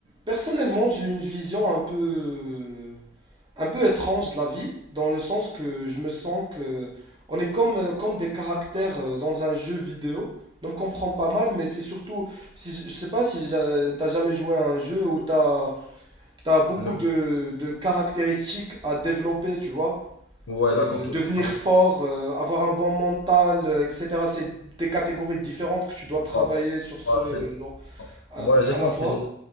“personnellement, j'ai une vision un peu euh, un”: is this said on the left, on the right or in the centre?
Right